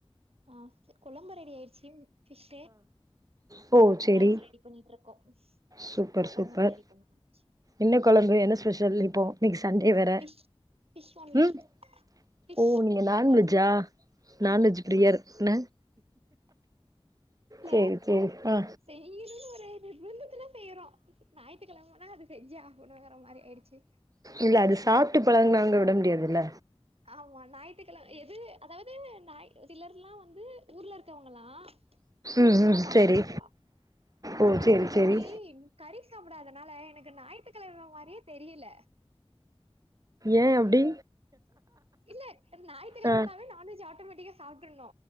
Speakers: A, on the right (about 75°); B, on the right (about 35°).
A: ஆ கொழம்பு ரெடி ஆயிடுச்சு ஃபிஷ்
B: ஆ ஓ சேரி
A: ரைஸ் ரெடி பண்ணிட்டு இருக்கோ
B: சூப்பர்
A: சாப்பாடு
B: சூப்பர்
A: மட்டு ரெடி பண்ண முடிஞ்சு
B: என்ன கொழம்பு என்ன ஸ்பெஷல் இப்போ இன்னைக்கு சண்டே வேற
A: ஃபிஷ் ஃபிஷ் ஒன்லி
B: ம்
A: ஃபிஷ்
B: ஓ நீங்க நான்வெஜ்ஜா
A: கொழம்பு ஆ
B: நான்வெஜ் பிரியர்ன
A: இல்ல
B: சேரி சேரி ஆ
A: செய்யனுன்னு ஒரு நிர்பந்தத்துல செய்றோ ஞாயித்துக்கிழமனா அது செஞ்சே ஆவணுங்கற மாரி ஆயிடுச்சு
B: இல்ல அது சாப்ட்டு பழகுனவங்க விட முடியாது இல்ல
A: ஆமா ஞாயிற்றுக்கெழம எது அதாவது நாய் சிலர்லா வந்து ஊர்ல இருக்கவங்கலா ஊருக்கு
B: ம்
A: போனா
B: ம்
A: பாப்பா
B: சேரி
A: சொல்லுவா
B: ஓ
A: ஆ
B: சேரி
A: இன்னிக்கு
B: சேரி
A: கறி சாப்புடாதனால எனக்கு ஞாயி்த்துக்கிழம மாதிரியே தெரில
B: ஏய அப்டி
A: இல்ல ஞாயி்த்துக்கெழமனாவே
B: ஆ
A: நான்வெஜ் ஆட்டோமேட்டிக்கா சாப்டறனு